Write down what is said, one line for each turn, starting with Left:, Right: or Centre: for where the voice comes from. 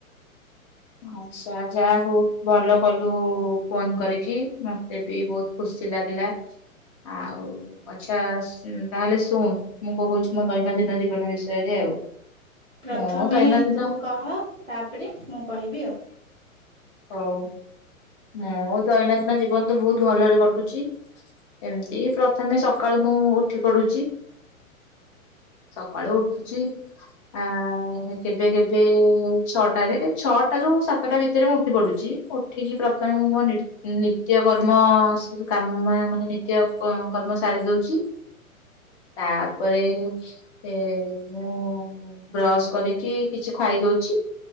Left: ଆଛ୍ ଆଁ ଯା ହଉ ଭଲ କଲୁ ଫୋନ୍ କରିକି ମତେ ବି ବହୁତ୍ ଖୁସି ଲାଗିଲା। ଆଉ ଆଚ୍ଛା ସ ତାହେଲେ ଶୁଣ୍ ମୁଁ କହୁଚି ମୋ ଦୈନନ୍ଦିନ ଜୀବନ ବିଷୟରେ ଆଉ।
Centre: ପ୍ରଥମେ
Left: ମୋ ଦୈନନ୍ଦିନ
Centre: ତୁ କହ ତାପରେ ମୁଁ କହିବି ଆଉ।
Left: ହଉ। ମୋ ଦୈନନ୍ଦିନ ଜୀବନ ତ ବହୁତ୍ ଭଲରେ କଟୁଚି। ଏମତି ପ୍ରଥମେ ସକାଳୁ ମୁଁ ଉଠି ପଡୁଚି। ସକାଳୁ ଉଠୁଚି। ଆଁ କେବେ କେବେ ଛଅଟାରେ। ଛଅଟା ରୁ ସାତଟା ଭିତରେ ମୁଁ ଉଠି ପଡୁଚି ଉଠିକି ପ୍ରଥମେ ମୁଁ ମୋ ନି ନିତ୍ୟ କର୍ମ କାମା ମାନେ ନିତ୍ୟ କ କର୍ମ ସାରି ଦଉଚି। ତାପରେ ଏ ମୁଁ ବ୍ରସ କରିକି କିଛି ଖାଇଦଉଛି।